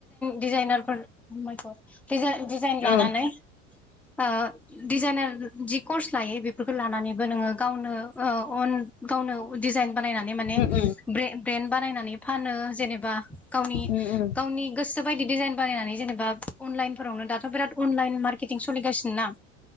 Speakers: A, in the centre; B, on the left.
A: डिजाइनारफोरखौ दिज डिजाइन लानानै
B: औ उम
A: ओ डिजाइनार जि कर्स लायो बेफोरखौ लानानैबो नोङो गावनोओ अन गावनो जाइन बानायनानै माने
B: उम
A: ब्रेन्ड बानायनानै फानो जेनेबा गावनि गाव
B: उम उम उम
A: गावनि गोसो बायदि डिजाइन बानायनानै जेनेबा अनलाइनफोरावनो दाथ बिराद अनलाइन मार्केटिं सोलिगासिनो ना